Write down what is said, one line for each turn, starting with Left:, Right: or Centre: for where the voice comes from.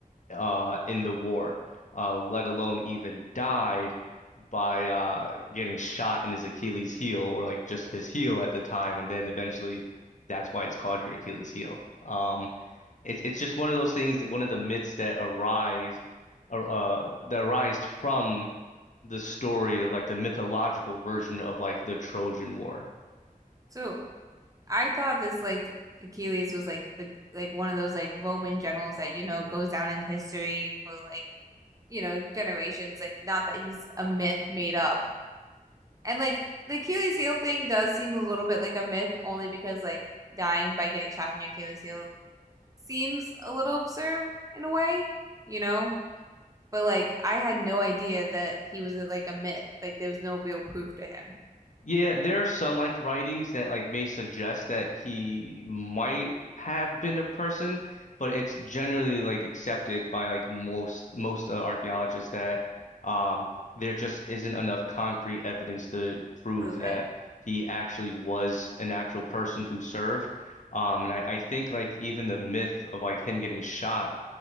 Left: uh, in the war, uh, let alone even died by uh, getting shot in his Achilles heel or like just his heel at the time, and then eventually that's why it's called your Achilles heel. Um, it's it's just one of those things, that- one of the myths that arise, ar- uh, that arised from the story of like the mythological version of like the Trojan War.
Right: So I thought this like Achilles was like the like one of those like Roman generals that you know goes down in history for like you know generations. Like not that he's a myth made up, And like the Achilles heel thing does seem a little bit like a myth, only because like dying by getting shot in your Achilles heel seems a little absurd in a way, you know? But like I had no idea that he was like a myth. Like there was no real proof to him.
Left: Yeah, there are some like writings that like may suggest that he might have been a person, but it's generally like accepted by like most most uh, archaeologists that um there just isn't enough concrete evidence to prove
Right: Prove
Left: that
Right: it.
Left: he actually was an actual person who served. Um, and I, I think like even the myth of like him getting shot